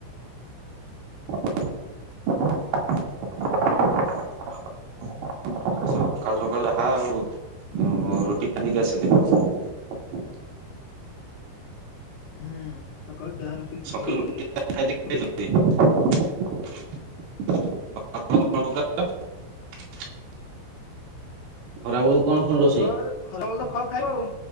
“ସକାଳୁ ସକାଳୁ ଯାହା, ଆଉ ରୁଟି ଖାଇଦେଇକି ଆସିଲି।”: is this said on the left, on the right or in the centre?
Right